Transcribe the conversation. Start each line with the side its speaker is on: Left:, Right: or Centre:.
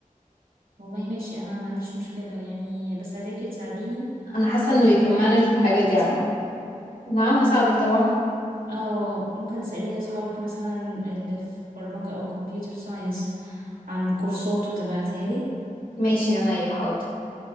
Right: والله ماشي انا ما عنديش مشكله يعني بس عايزاكي تساعديني
Left: انا حاسة انه
Right: يعني
Left: يكمانج
Right: بما انك
Left: مانج الحاجة دي
Right: هندسة،
Left: عامة نعم هساعدك طبعا
Right: اه ممكن تسألي اصحابك مثلا اللي في برمجه او كمبيوتر ساينس عن كورسات وتبعتيها لي
Left: ماشي انا ايه حاضر